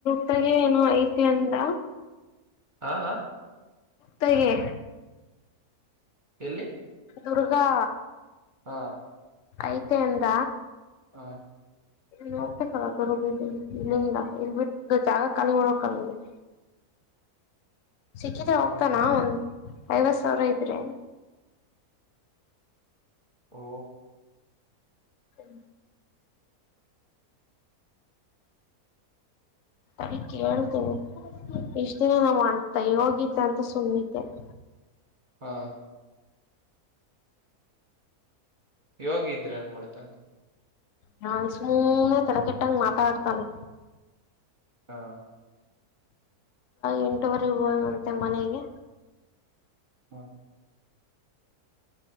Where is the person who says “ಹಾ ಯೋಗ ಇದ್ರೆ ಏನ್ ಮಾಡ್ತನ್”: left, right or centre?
Right